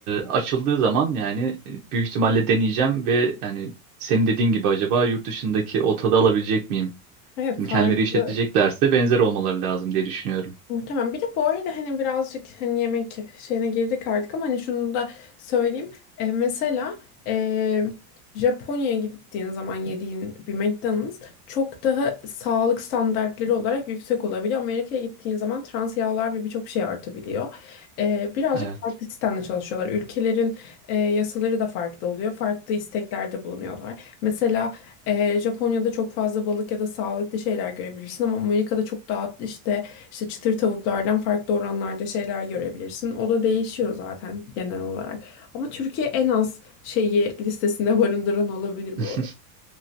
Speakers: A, on the right; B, on the left.
A: açıldığı zaman yani e, büyük ihtimalle deneyeceğim ve yani senin dediğin gibi acaba yurt dışındaki o tadı alabilecek miyim?
B: Evet
A: Şimdi
B: farklı.
A: kendileri işleteceklerse benzer olmaları lazım diye düşünüyorum.
B: Muhtemelen. Bir de bu arada hani birazcık hani yemek şeyine girdik artık ama hani şunu da söyleyeyim. E, mesela e, Japonya'ya gittiğin zaman yediğin bir McDonald's çok daha sağlık standartları olarak yüksek olabiliyor. Amerika'ya gittiğin zaman trans yağlar ve birçok şey artabiliyor. E, birazcık
A: Evet.
B: farklı sistemle çalışıyorlar. Ülkelerin e, yasaları da farklı oluyor. Farklı isteklerde bulunuyorlar. Mesela e, Japonya'da çok fazla balık ya da sağlıklı şeyler görebilirsin ama Amerika'da çok daha işte işte çıtır tavuklardan farklı oranlarda şeyler görebilirsin. O da değişiyor zaten genel olarak. Ama Türkiye en az şeyi listesinde barındıran olabilir
A: <laughs>
B: bu arada.